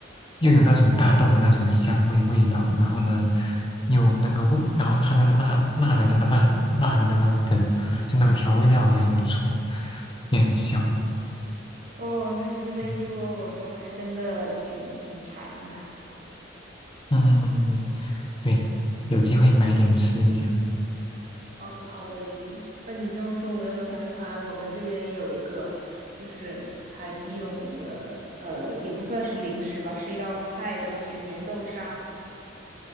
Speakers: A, on the left; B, on the right.
A: 又有那种大豆的那种香味味道，然后呢，又那个味，然后它那个辣辣的那个辣辣的那个粉，就那个调味料也很不错，也很香。
B: 哦，这你这么一说，
A: 嗯
B: 我就还真的挺挺馋的。
A: 嗯，嗯嗯嗯对，有机会买点吃一下。
B: 好的，好的，一定。那你这么说，我又想起来，我们这边也有一个，就是还挺有名的，呃，也不算是零食吧，是一道菜，叫雪棉豆沙。